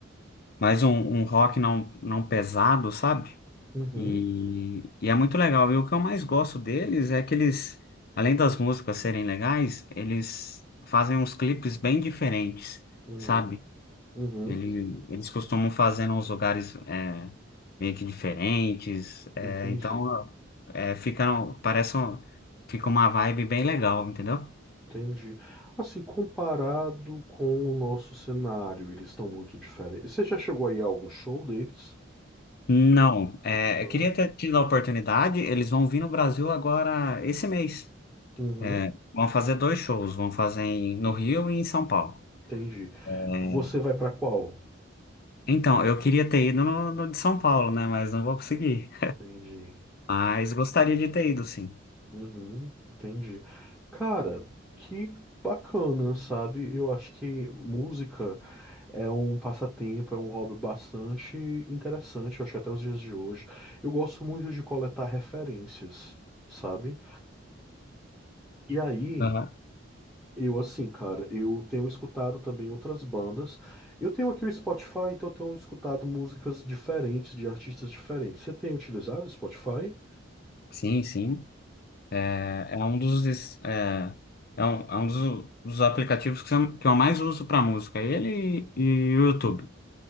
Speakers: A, on the left; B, in the centre.
A: mais um, um rock não, não pesado, sabe?
B: Uhum,
A: E, e é muito legal. E o que eu mais gosto deles é que eles, além das músicas serem legais, eles fazem uns clipes bem diferentes,
B: uhum,
A: sabe?
B: uhum,
A: Ele, eles costumam fazer nos lugares é, meio que diferentes, é,
B: entendi,
A: então é, fica, parece um- fica uma vibe bem legal, entendeu?
B: entendi. Assim, comparado com o nosso cenário, eles estão muito diferentes. Você já chegou aí a algum show deles?
A: Não, é,
B: Não.
A: eu queria ter tido a oportunidade, eles vão vir no Brasil agora esse mês.
B: Uhum,
A: É, vão fazer dois shows, vão fazer em- no Rio e em São Paulo.
B: entendi.
A: É,
B: Você vai pra qual?
A: então, eu queria ter ido no, no de São Paulo, né? Mas não vou conseguir.
B: Entendi.
A: Mas gostaria de ter ido, sim.
B: Uhum, entendi. Cara, que bacana, sabe? Eu acho que música é um passatempo, é um hobby bastante interessante, eu acho que até os dias de hoje. Eu gosto muito de coletar referências, sabe? E aí,
A: Aham.
B: eu assim, cara, eu tenho escutado também outras bandas. Eu tenho aqui o Spotify, então eu tenho escutado músicas diferentes, de artistas diferentes. Você tem utilizado o Spotify?
A: Sim, sim. É, é um dos, es- é, é um, é um dos, dos aplicativos que eu, que eu mais uso para música, ele e, o YouTube.